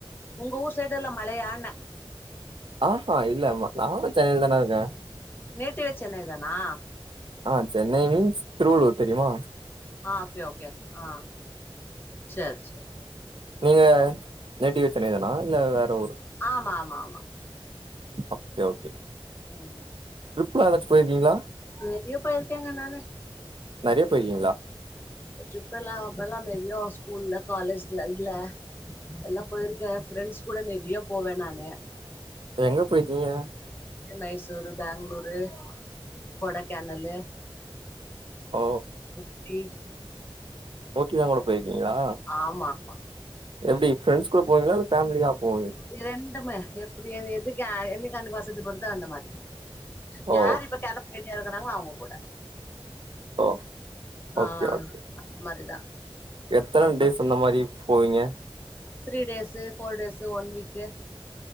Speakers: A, on the left; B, on the right.
A: உங்க ஊர் சைடு எல்லா மழையான்னே
B: ஆ ஹா இல்ல ம நானு சென்னைல தான இருக்கே
A: நேட்டிவே சென்னைதானா
B: ஆ சென்னை மீன்ஸ் திருவள்ளூர் தெரிமா
A: ஆ ஓகே ஓகே ஆ சேர் சேர்
B: நீங்க நேட்டிவே சென்னை தானா இல்ல வேற ஊரு
A: ஆமாமாமா
B: ஓகே ஓகே
A: ம்
B: டிரிப்லா எதாச்சு போய்ருக்கீங்ளா
A: நெறியா போய்ருக்கேங்க நானு
B: நறயா போய்ருக்கீங்களா
A: ட்ரிப்பெல்லா அப்பல்லா நெறியா ஸ்கூல்ல காலேஜ்ல இதுல எல்லா போயிருக்கே எ ஃப்ரெண்ட்ஸ் கூட நெறியா போவே நானு
B: எங்க போயிக்கீங்க
A: மைசூரு பெங்ளூரு கொடைக்கானலு
B: ஓ
A: ஊட்டி
B: ஊட்டிலா கூட போய்ருக்கீங்களா
A: ஆமாமா
B: எப்டி ஃப்ரெண்ட்ஸ் கூட போவீங்ளா இல்ல ஃபேமிலியா போவீங்க
A: இ ரெண்டுமே எப்டி அது எதுக்கு என்னக்கி அன்னக்கி வசதி படுதோ அந்த மாரி
B: ஓ
A: யார் இப்ப கெளம்பி ரெடியா இருக்குறாங்ளோ அவுங்க கூட
B: ஓ
A: ஆ
B: ஓகே ஓகே
A: அந்த மாரிதா
B: எத்தன
A: அப்றோ
B: டேஸ் அந்த மாரி போவிங்க
A: three days four days one week